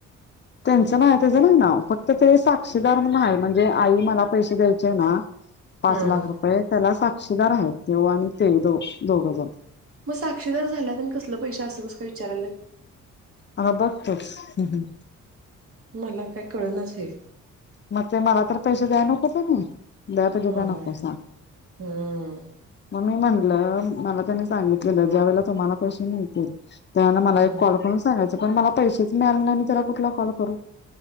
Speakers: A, on the left (about 35°); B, on the right (about 50°).
A: त्यांचं नाही त्याचं नाही नाव फक्त ते साक्षीदार म्हणून आहे म्हणजे आई मला पैसे द्यायची आहे ना पाच
B: हा
A: लाख रुपये त्याला साक्षीदार आहेत ते आणि ते दो दोघं जण
B: मग साक्षीदार झाल्यात आणि कसलं पैश असं कस का विचारायला
A: हा बघत हम् हम्
B: मला काय कळनास हे
A: मग ते मला तर पैसे द्या नको त म द्या पैजे
B: होय
A: का नको सां
B: हम्म
A: मग मी म्हटलं मला त्यांनी सांगितलेलं ज्या वेळेला तुम्हाला पैसे मिळतील त्या मला
B: हम्म
A: कॉ सांगायच पण मला पैसेच मिळाले नई त्याला कुठला कॉल करू